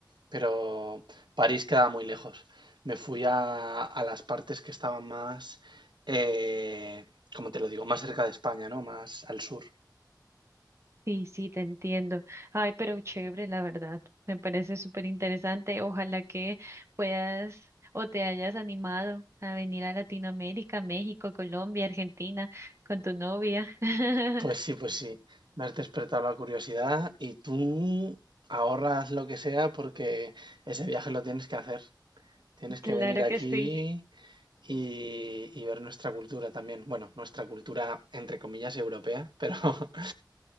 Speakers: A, on the right; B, on the right.
A: Pero París queda muy lejos. Me fui a, a las partes que estaban más, eh, como te lo digo, más cerca de España, ¿no? Más al sur.
B: Sí, sí, te entiendo. Ay, pero chévere, la verdad. Me parece súper interesante. Ojalá que puedas o te hayas animado a venir a Latinoamérica, México, Colombia, Argentina con tu novia. <laughs>
A: Pues sí, pues sí, me has despertado la curiosidad y tú ahorras lo que sea porque ese viaje lo tienes que hacer. Tienes
B: Claro
A: que venir aquí
B: que sí.
A: y, y ver nuestra cultura también. Bueno, nuestra cultura entre comillas europea, pero <laughs>